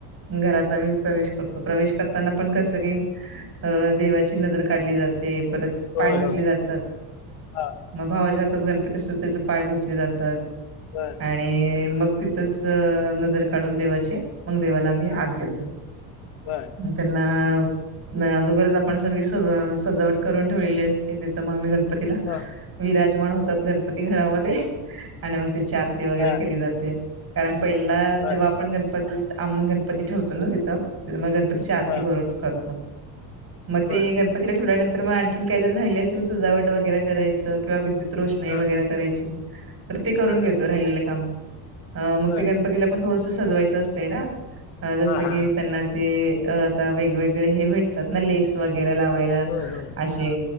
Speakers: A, on the right (about 30°); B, on the left (about 85°).
A: घरात आम्ही प्रवेश करतो. प्रवेश करताना पण कसं काही अ देवाची नजर काढली जाते, परत पाय
B: होय
A: धुतले
B: होय
A: जा तात,
B: हा
A: मग भावाच्या हातात गणपती असतो त्याचे पाय धुतले जातात.
B: बर
A: आणि मग तिथंच नजर काढून देवाची मग देवाला आम्ही
B: हा
A: आत घेतोय.
B: बर
A: मग त्यांना नाही अदोगरच आपण सगळी स सजावट करून ठेवलेली असते. तिथं मग आम्ही गण पतीला
B: हा
A: विराजमान होतात गणपती घरामध्ये आणि त्यांची आरती वगैरे
B: हा
A: केली जाते, कारण पहिला
B: बर
A: जेव्हा आपण गण पती आणुन गणपती ठेवतो ना तिथं, तिथं मग गणपती ची आरती
B: हा
A: करून करतो. मग
B: बर
A: ते गणपतीला ठेवल्यानंतर मग आणखीन काय तर, राहीली असेल सजावट वगैरे करायचं किंवा विद्यु त रोषणाई
B: हा
A: वगैरे करायची, तर ते करूंन
B: हा
A: घेतो राहिलेलं काम. अ मग
B: बर
A: ते गणपतीला पण थोडसं सजवायचं असतंय ना, जसं
B: हा
A: की
B: हा
A: त्यांना ते अ अ आता वेगवेगळे हे भेटतात ना, लेस वगैरे लावायला
B: होय होय
A: अशी
B: हा